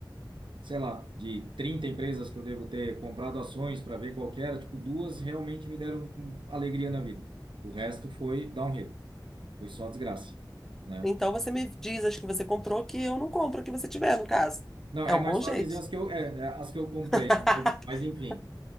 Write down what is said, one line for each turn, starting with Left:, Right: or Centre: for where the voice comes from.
Right: sei lá, de 30 empresas que eu devo ter comprado ações para ver qual que era, tipo, duas realmente me deram hum, alegria na vida. O resto foi downhill, foi só desgraça, né?
Centre: Então você me diz as que você comprou que eu não compro o que você tiver, no caso.
Right: Não,
Centre: É
Right: é
Centre: um
Right: mais
Centre: bom
Right: fácil
Centre: jeito.
Right: dizer as que eu, é, é, as que eu comprei,
Centre: <laughs>
Right: né? Mas, mas enfim,